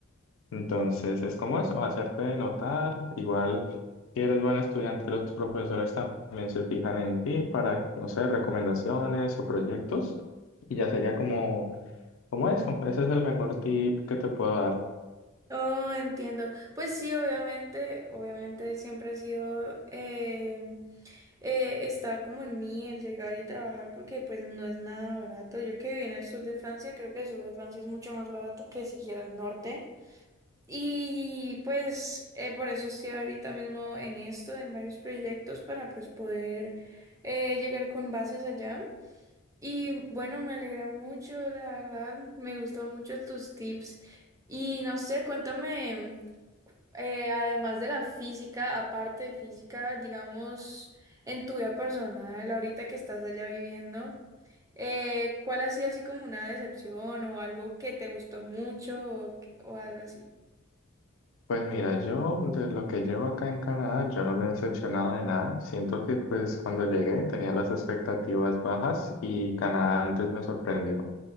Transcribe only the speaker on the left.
Entonces es como eso, hacerte notar. Igual, si eres buen estudiante, los profesores también se fijan en ti para, no sé, recomendaciones o proyectos. Y ya sería como, como eso. Ese es el mejor tip que te puedo dar.
Pues mira, yo de lo que llevo acá en Canadá, yo no me he decepcionado de nada. Siento que pues cuando llegué tenía las expectativas bajas y Canadá antes me sorprendió.